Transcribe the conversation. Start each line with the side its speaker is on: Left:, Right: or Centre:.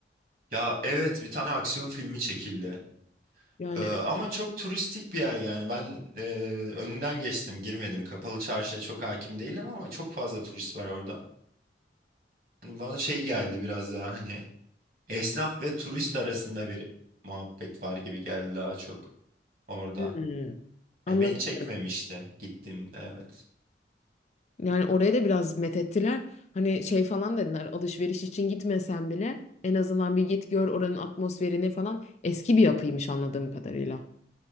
Right: Ya evet bir tane aksiyon filmi çekildi.
Left: Yani
Right: Ee, ama çok turistik bir yer yani ben e, önünden geçtim girmedim kapalı çarşıya çok hakim değilim ama çok fazla turist var orada. Hani bana şey geldi biraz daha hani esnaf ve turist arasında bir muhabbet var gibi geldi daha çok orada.
Left: Hmm. anladım.
Right: Hani beni çekmemişti gittiğimde evet.
Left: Yani oraya da biraz methettiler. Hani şey falan dediler alışveriş için gitmesen bile en azından bir git gör oranın atmosferini falan. Eski bir yapıymış anladığım kadarıyla.